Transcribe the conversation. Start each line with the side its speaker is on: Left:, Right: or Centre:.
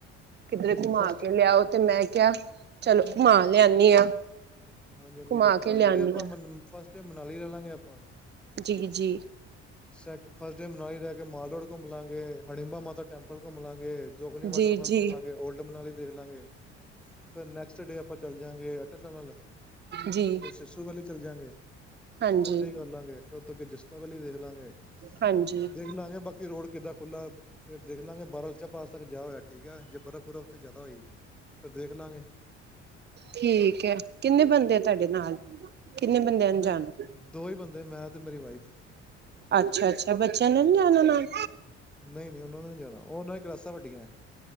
Centre: ਹਾਂਜੀ
Right: ਕਿਧਰੇ
Centre: ਹਾਂਜੀ
Right: ਘੁਮਾ
Centre: ਫਸਟ
Right: ਕੇ ਲਿਆਓ, ਤੇ ਮੈਂ ਕਿਹਾ ਚਲੋ ਘੁਮਾ ਲਿਆਨੀ ਆ
Centre: ਹਾਂਜੀ-ਹਾਂਜੀ,
Right: ਘੁਮਾ
Centre: ਫਸਟ
Right: ਕੇ ਲਿਆਨੀ
Centre: ਡੇ ਆਪਾਂ
Right: ਆ
Centre: ਫਸਟ ਡੇ ਮਨਾਲੀ ਰਵਾਗੇ ਆਪਾਂ
Right: ਜੀ-ਜੀ।
Centre: ਸ ਫਸਟ ਡੇ ਮਨਾਲੀ ਰਹਿ ਕੇ ਮਾਲ ਰੋੜ ਘੁੰਮ ਲਾਂਗੇ, ਹੜਿੰਬਾ ਮਾਤਾ ਟੈਂਪਲ ਘੁੰਮ ਲਾਂਗੇ ਜੋਗਨੀ
Right: ਜੀ
Centre: ਵਾਟਰਫਾਲ
Right: ਜੀ
Centre: ਘੁੰਮ ਲਾਂਗੇ, ਓਲਡ ਮਨਾਲੀ ਦੇਖ ਲਾਂਗੇ ਫੇਰ ਨੈਕਸਟ ਡੇ ਆਪਾਂ ਚੱਲ ਜਾਂਗੇ ਨਾਲ ਲ
Right: ਜੀ
Centre: ਫੇਰ ਸਿਸੂ ਵਾਲੀ ਚੱਲ ਜਾਂਗੇ,
Right: ਹਾਂਜੀ
Centre: ਉੱਥੇ ਸਟੇ ਕਰ ਲਾਂਗੇ ਫੇਰ ਉਥੋਂ ਅੱਗੇ ਜਸਪਾ ਵਾਲੀ ਦੇਖ ਲਾਂਗੇ
Right: ਹਾਂਜੀ
Centre: ਦੇਖ ਲਾਂਗੇ, ਬਾਕੀ ਰੋਡ ਕਿੱਦਾਂ ਖੁੱਲਾ ਫੇਰ ਦੇਖ ਲਾਂਗੇ ਬਾਰਲ ਚ ਪਾਸ ਤੱਕ ਜਾ ਹੋਇਆ ਠੀਕ ਹੈ, ਜੇ ਬਰਫ਼-ਬੁਫ਼ਰ ਉੱਥੇ ਜ਼ਿਆਦਾ ਹੋਈ ਫਿਰ ਦੇਖ ਲਾਂਗੇ
Right: ਠੀਕ ਹੈ, ਕਿੰਨੇ ਬੰਦੇ ਆ ਤੁਹਾਡੇ ਨਾਲ? ਕਿੰਨੇ ਬੰਦਿਆਂ ਨੂੰ
Centre: ਮੈਂ
Right: ਜਾਣਾ
Centre: ਦੋ ਹੀ ਬੰਦੇ ਮੈਂ ਤੇ ਮੇਰੀ ਵਾਈਫ
Right: ਅੱਛਾ-ਅੱਛਾ ਬੱਚਿਆਂ ਨੇ ਜਾ ਨਾਲ
Centre: ਨਹੀਂ-ਨਹੀਂ, ਉਹਨਾਂ ਨੂੰ ਨਹੀਂ ਜਾਣਾ ਉਹਨਾਂ ਦਿਆਂ ਕਲਾਸਾਂ ਵੱਡੀਆਂ